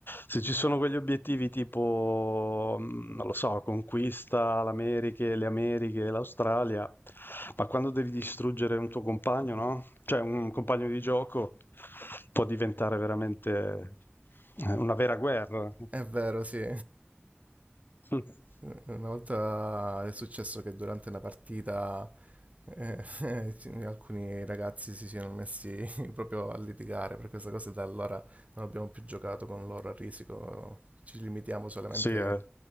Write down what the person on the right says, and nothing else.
È vero, sì.
Eh, Una volta è successo che durante una partita eh, <laughs> ci- alcuni ragazzi si siano messi <laughs> proprio a litigare per questa cosa e da allora non abbiamo più giocato con loro a risico, ci limitiamo solamente